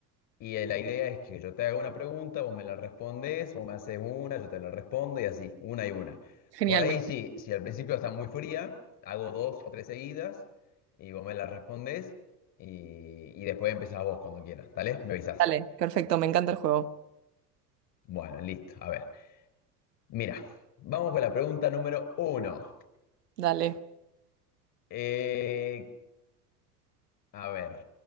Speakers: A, on the left; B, on the right.
A: Y eh, la idea es que yo te haga una pregunta, vos me la respondes, vos me haces una, yo te la respondo y así, una y una.
B: Genial,
A: Por ahí
B: me-
A: sí, si al principio está muy fría, hago dos o tres seguidas y vos me la respondes y, y después empezás vos cuando quieras, ¿dale? Me avisás.
B: dale, perfecto, me encanta el juego.
A: Bueno, listo, a ver. Mira, vamos con la pregunta número uno.
B: Dale,
A: Eh, a ver,